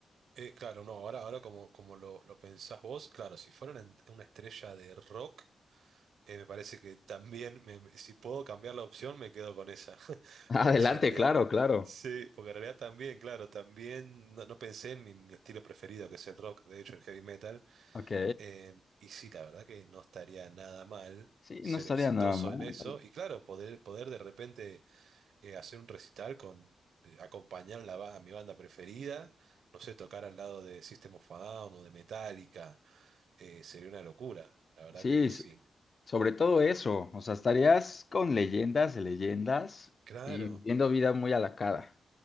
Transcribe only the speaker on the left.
<laughs> Adelante,
claro, claro.
Ok.
Sí,
no estaría
nada mal.
Sí,
s-
sobre todo eso, o sea, estarías con leyendas de leyendas
y viviendo vida muy a la cara.